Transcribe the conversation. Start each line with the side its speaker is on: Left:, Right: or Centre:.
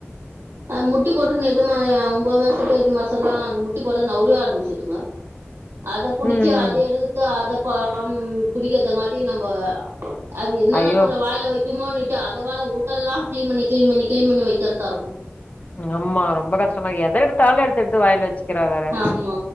Right: அது முட்டி போட்டுனு எட்டு மா ஒம்போது மாசத்துல எட்டு மாசல்லா அது முட்டி போட நவுரவே ஆரம்பிச்சிருதுங்க அத புடிச்சி
Left: ம் ம்
Right: அத எடுத்து அத ப ம் புடிக்கிறதங்காட்டியு நம்ப அது என்னென்ன
Left: ஐயோ
Right: பொருள வாயில வக்குமோன்னுட்டு அத வேற ஊட்டெல்லாம் கிளீன் பண்ணி கிளீன் பண்ணி கிளீன் பண்ணி வக்கிறதா இருக்கும்
Left: ஆமா ரொம்ப கஷ்டமா இருக்கு எத எடுத்தாலும் எடுத்தெடுத்து வாய்ல வச்சிக்கிறா வேற
Right: ஆமா